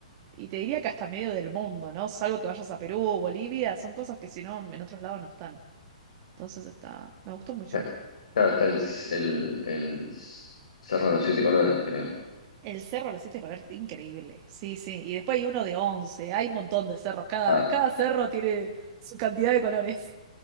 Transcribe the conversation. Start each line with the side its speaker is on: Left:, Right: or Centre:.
Right: Y te diría que hasta medio del mundo, ¿no? Salvo que vayas a Perú o Bolivia, son cosas que si no, en otros lados no están. Entonces está, me gustó mucho.
Left: Ca- Claro, está el, s- el, el s- Cerro de los Siete Colores, creo.
Right: El cerro de los siete colores, increíble. Sí, sí. Y después hay uno de once. Hay un montón de cerros. Cada,
Left: Ah,
Right: cada cerro tiene su cantidad de colores.